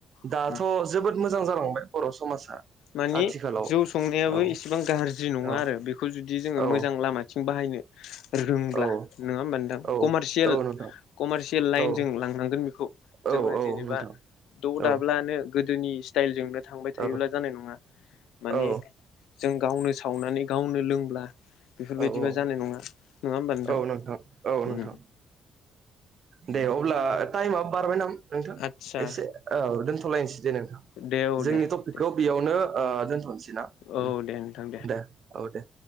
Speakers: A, on the right; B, on the left.
A: दाथ
B: उम
A: जोबोद मोजां जालांबाय बर' समाजा
B: माने
A: आथिखालाव
B: जौ संनायाबो
A: औ
B: एसेबां गाज्रि नङा
A: औ
B: आरो बेखौ जुदि जोङो
A: औ
B: मोजां लामाथिं बाहायनो रोंब्ला
A: औ
B: नङा होमबा नोंथां
A: औ
B: कमारसियेल
A: औ नोंथां
B: कमारसियेल लाइन
A: औ
B: जों लांनांगोन बिखौ
A: औ
B: जोङो
A: औ
B: जेनेबा
A: नोंथां
B: द दाब्लानो
A: औ
B: गोदोनि स्टायल जोंनो थांबाय थायोब्ला
A: औ
B: जानाय नङा माने
A: औ
B: जों गावनो सावनानै गावनो लोंब्ला बेफोर बायदिबा
A: औ औ
B: जानाय नङा। नङा होमबा नोंथां
A: औ औ नोंथां
B: उम।
A: दे अब्ला टाइमा बारबाय नाम नोंथां
B: आदसा
A: एसे औ दोन्थ' लायनोसै। दे नोंथां
B: दे औ
A: जोंनि
B: दे
A: टपिकखौ
B: दे
A: बेयावनो ओ दोनथनसै। दे ना
B: औ
A: उम
B: दे नोंथां
A: दे औ दे।